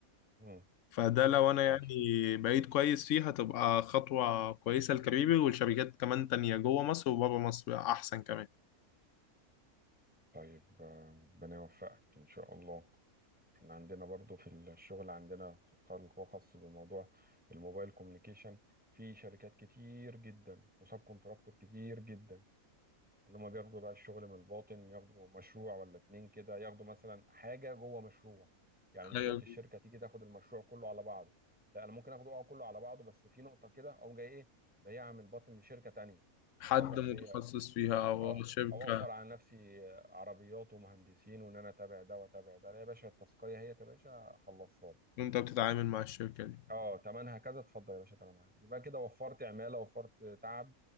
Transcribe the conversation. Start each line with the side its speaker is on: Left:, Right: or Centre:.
Centre: مم.
Left: فده لو انا
Centre: كويس
Left: يعني بقيت كويس فيه هتبقى خطوة كويسة لكاريري والشركات كمان تانية جوه مصر وبره مصر احسن كمان
Centre: طيب آه، ربنا يوفقك ان شاء الله احنا عندنا برضو في الشغل عندنا خلق خاص بموضوع الموبايل كوميونيكيشن في شركات كتير جدا وسب كونتراكتور كتير جدا اللي هم بياخدوا بقى الشغل من الباطن ياخدوا مشروع ولا اتنين كده ياخدوا مثلا حاجة جوه مشروع يعني مش
Left: أيوة،
Centre: شرط الشركة تيجي تاخد المشروع كله على بعضه لا انا ممكن اخده اه كله على بعضه بس في نقطة كده اقوم جاي ايه بايعها من الباطن لشركة تانية
Left: حد
Centre: تخلص
Left: متخصص
Centre: هي
Left: فيها او
Centre: اه
Left: شركة
Centre: اوفر على نفسي عربيات ومهندسين وان انا اتابع ده واتابع ده لا يا باشا التسقيه هي يا باشا خلصها لي
Left: وانت بتتعامل مع الشركة دي
Centre: اه تمنها كذا اتفضل يا باشا تمنها يبقى كده وفرت عماله وفرت تعب